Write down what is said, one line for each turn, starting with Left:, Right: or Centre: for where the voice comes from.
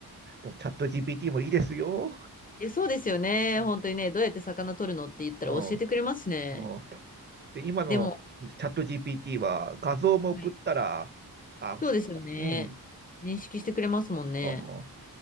Right: でも、チャット GPT もいいですよ。
Left: い。え、そうですよね。
Right: うん。
Left: 本当にね、どうやって魚取るのって言ったら教えてくれますしね。
Right: うん。うんで、今のチャット
Left: でも、
Right: GPT は画像も送ったら、
Left: はい
Right: あ、
Left: そうですよね。
Right: うん、
Left: 認識してくれますもんね。
Right: あー、